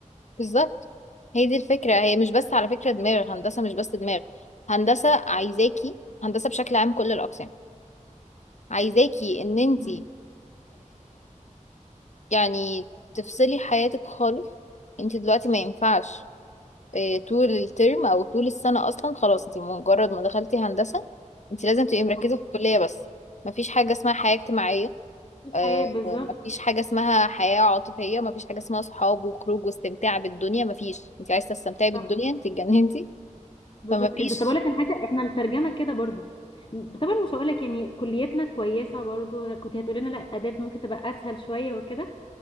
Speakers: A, on the left; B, on the left.
A: بالظبط هي دي الفكره هي مش بس على فكره دماغ هندسه مش بس دماغ هندسه عايزاكي هندسه بشكل عام كل الاقسام عايزاكي ان انت
B: مم.
A: يعني تفصلي حياتك خالص انت دلوقتي ما ينفعش آه، طول الترم او طول السنه اصلا خلاص انت مجرد ما دخلتي هندسه انت لازم تبقي مركزه
B: اوكي
A: في الكليه بس مفيش حاجه اسمها حياه اجتماعيه
B: مفيش
A: آه،
B: حياه بالظبط
A: مفيش حاجه اسمها حياه عاطفيه مفيش حاجه اسمها صحاب وخروج واستمتاع بالدنيا مفيش انت عايزه تستمتعي بالدنيا
B: صح
A: انت اتجننتي
B: بالظبط
A: فمفيش
B: انت طب اقول لك الحاجه احنا الترجمه كده برضه طبعا مش هقول لك يعني كليتنا كويسه برضه كنت هتقولي لنا لا اداب ممكن تبقى اسهل شويه وكده